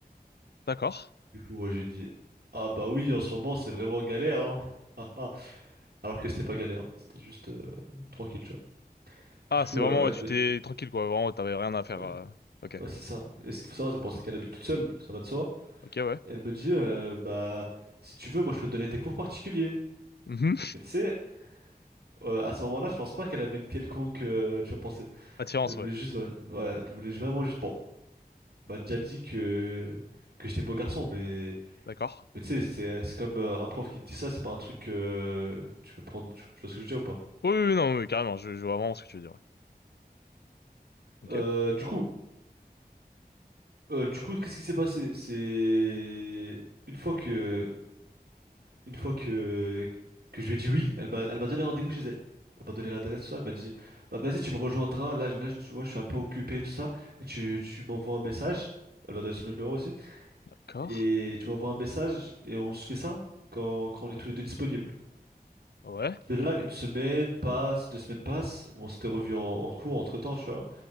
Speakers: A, on the left; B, on the right.
A: D'accord.
B: Du coup, moi, j'ai dit, ah bah oui, en ce moment, c'est vraiment galère, hein. Ah, ah. Alors que c'était pas galère, hein. C'était juste euh, tranquille, tu vois.
A: Ah,
B: Du coup,
A: c'est vraiment,
B: euh,
A: ouais,
B: elle
A: tu
B: me
A: t'es
B: dit,
A: tranquille, quoi. Vraiment, t'avais rien à faire.
B: ouais,
A: euh. Ok.
B: ouais, c'est ça. Et ce qu'il faut savoir, c'est bon, c'est qu'elle habite toute seule, ça va de soi.
A: Ok, ouais.
B: Elle me dit, euh, bah, si tu veux, moi, je peux te donner des cours particuliers.
A: Mhm.
B: Mais tu sais, euh, à ce moment-là, je pense pas qu'elle avait une quelconque, euh, tu vois, pensée.
A: Attirance,
B: Elle
A: ouais.
B: voulait juste, ouais, ouais, elle voulait vraiment juste. bon, m'a déjà dit que, que j'étais beau garçon, mais,
A: D'accord.
B: mais tu sais, c'est c'est comme euh, un prof qui te dit ça, c'est pas un truc euh, que tu peux prendre. Tu, tu vois ce que je veux dire ou pas?
A: Oui, oui, oui, non, oui, carrément, je, je vois vraiment ce que tu veux dire, ouais. Ok.
B: Euh, du coup, euh, du coup, qu'est-ce qui s'est passé? C'est une fois que, une fois que, que je lui ai dit oui, elle m'a, elle m'a donné rendez-vous chez elle. Elle m'a donné l'adresse, tout ça. Elle m'a dit, bah vas-y, tu me rejoindras. Là, je- là, tu vois, je suis un peu occupé, tout ça. Et tu, tu m'envoies un message. Elle m'a donné son numéro aussi.
A: D'accord.
B: Et tu m'envoies un message et on se fait ça quand, quand on est tous les deux disponibles.
A: Ouais.
B: De là, une semaine passe, deux semaines passent, on s'était revu en, en cours entre-temps, tu vois.